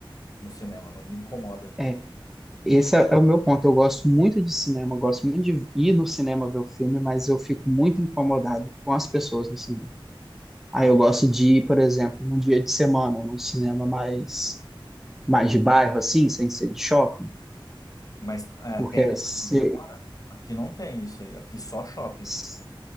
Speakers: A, on the left; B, in the centre.
A: no cinema, não me incomoda.
B: É, esse é, é o meu ponto. Eu gosto muito de cinema, eu gosto muito de ir no cinema ver o filme, mas eu fico muito incomodado com as pessoas no cinema. Aí eu gosto de ir, por exemplo, num dia de semana, num cinema mais, mais de bairro, assim, sem ser de shopping,
A: Mas é,
B: porque
A: tem aí
B: se,
A: onde você mora? Aqui não tem isso aí, aqui só shopping.
B: se-